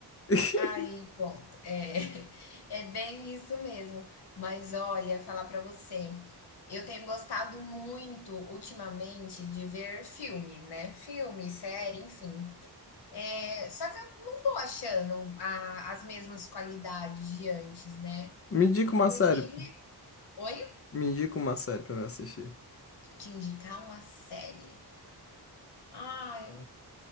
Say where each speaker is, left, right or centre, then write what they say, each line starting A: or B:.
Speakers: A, on the left; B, on the left.
A: <laughs>
B: Aí, pronto. É, <laughs> é bem isso mesmo. Mas olha, falar pra você, eu tenho gostado muito ultimamente de ver filme, né? Filme, série, enfim. É, só que eu não tô achando a- as mesmas qualidades de antes, né?
A: Me indica
B: Inclusive,
A: uma série, pô.
B: oi?
A: me indica uma série pra eu assistir.
B: Te indicar uma série. Ai,